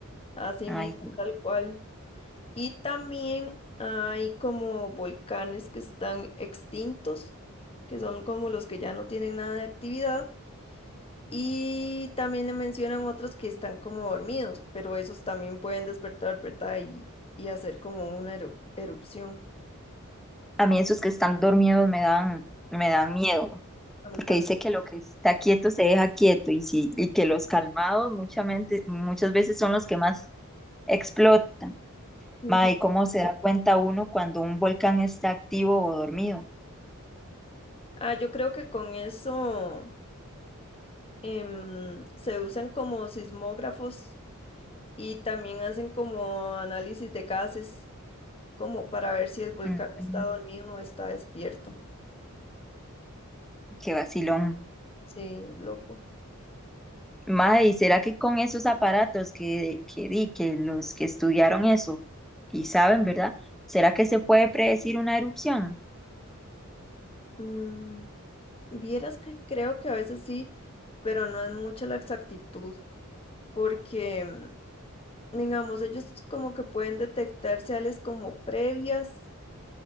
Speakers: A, on the left; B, in the centre.
A: Así
B: Ay,
A: mismo, tal cual. Y también hay como volcanes que están extintos, que son como los que ya no tienen nada de actividad. Y también le mencionan otros que están como dormidos, pero esos también pueden despertar, ¿verdad? Y, y hacer como una eru- erupción.
B: a mí esos que están dormidos me dan, me dan miedo,
A: A mí
B: porque
A: también.
B: dice que lo que está quieto se deja quieto, y sí, y que los calmados muchamente, muchas veces son los que más explotan.
A: Ujú.
B: Ma, ¿y cómo se da cuenta uno cuando un volcán está activo o dormido?
A: Ah, yo creo que con eso em, se usan como sismógrafos y también hacen como análisis de gases, como para ver si el volcán
B: Mm,
A: está dormido o está despierto.
B: qué vacilón.
A: Sí, loco.
B: Ma, ¿y será que con esos aparatos que, que di, que los que estudiaron eso y saben, ¿verdad? ¿Será que se puede predecir una erupción?
A: Mm, vieras que creo que a veces sí, pero no es mucha la exactitud, porque digamos, ellos como que pueden detectar seales como previas,